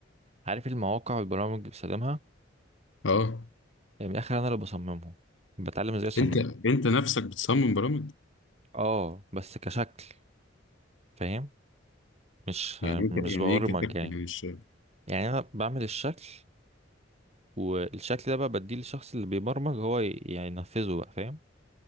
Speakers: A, on the right; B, on the left.
A: عارف المواقع والبرامج اللي بستخدمها
B: اه
A: آه، من الاخر انا اللي بصممهم بتعلم ازاي اصمم
B: انت انت نفسك بتصمم برامج
A: اه بس كشكل فاهم مش
B: يعني
A: آه،
B: ايه ك-
A: مش
B: يعني
A: ببرمج
B: ايه كاتب
A: يعني
B: يعني مش
A: يعني انا بعمل الشكل والشكل ده بقى بديه للشخص اللي بيبرمج هو ي- يعني ينفذه بقى فاهم